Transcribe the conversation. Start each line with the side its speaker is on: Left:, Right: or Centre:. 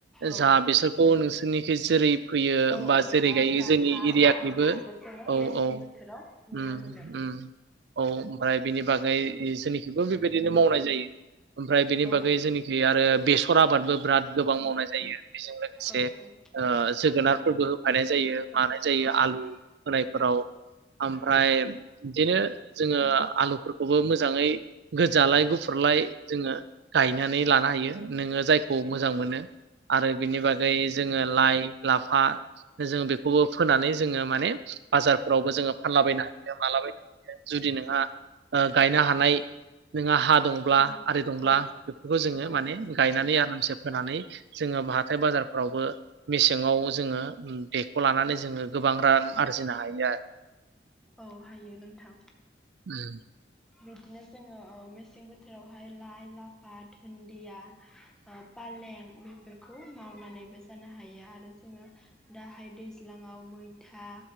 Centre: औ
Right: जा बिसोरखौ नोंसोरनिखि जेरै फैयो
Centre: औ
Right: बा
Centre: औ
Right: जेरै
Centre: लाइ
Right: गायो
Centre: लाफा
Right: जोंनि एरियाखैबो
Centre: बेफोरखौबो जोङो
Right: औ
Centre: मेसें
Right: औ
Centre: बोथोराव
Right: उम
Centre: नुनो मोनो।
Right: उम औ ओमफ्राय बेनि बागै जोंनिखिबो बेबायदिनो मावनाय जायो ओमफ्राय बेनि
Centre: औ
Right: बागै जोंनिखि आरो बेसर आबादबो बिराद गोबां मावनाय जायो। बेजों लोगोसे
Centre: औ औ
Right: ओ जोगोनारफोरबो
Centre: औ
Right: होफानाय जायो मानाय
Centre: औ
Right: जा जायो
Centre: औ
Right: आलु होनायफोराव आमफ्राय
Centre: औ
Right: बिदिनो जोङो आलुफोरखौबो मोजाङै गोजालाय गुफुरलाय जोङो गायनानै लानो हायो नोङो जायखौ मोजां मोनो आरो बिनि बागै जोङो लाइ लाफा जोङो बेखौबो फोनानै जोङो माने बाजारफोरावबो जोङो फानलाबायनो हायो मालाबायनो हायो। जुदि नोंहा ओ गायनो हानाय नोंहा हा दंब्ला
Centre: औ
Right: आरि दंब्ला
Centre: औ
Right: बेफोरखौ जोङो
Centre: औ
Right: माने गायनानै आरो फोनानै जोंओ बा बाजारावबो मेसें आव जोंओ बेखौ लानानै जोङो गोबां रां आरजिनो हायो आरो
Centre: औ हायो नोंथां
Right: उम
Centre: बिदिनो जोङो ओ मेसें बोथोरावहाय लाइ लाफा दुन्दिया आं फालें बेफोरखौ मावनानैबो जानो हा हायो आरो जोङो दाहाय दैज्लाङाव मै था